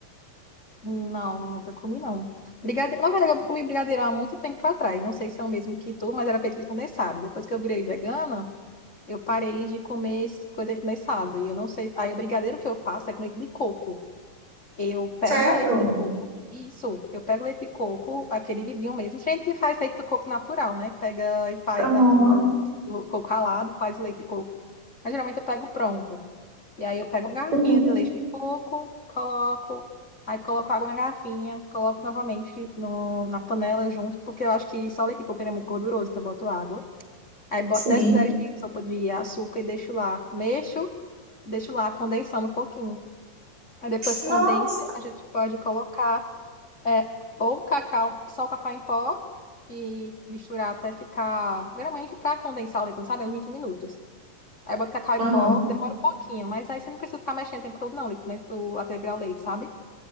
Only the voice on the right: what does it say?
Sério?
Aham.
Uhum.
Sim.
Nossa.
Aham.